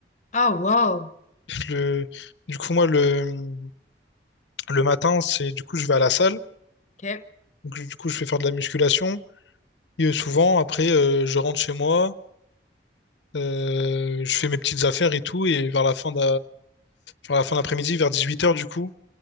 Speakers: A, on the left; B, on the left.
A: Ah, wow!
B: Le, du coup, moi, le, le matin, c'est, du coup, je vais à la salle.
A: Ok.
B: Donc, du coup, je fais faire de la musculation. Et euh, souvent, après, euh, je rentre chez moi, euh, je fais mes petites affaires et tout, et vers la fin de vers la fin d'après-midi, vers 18h du coup,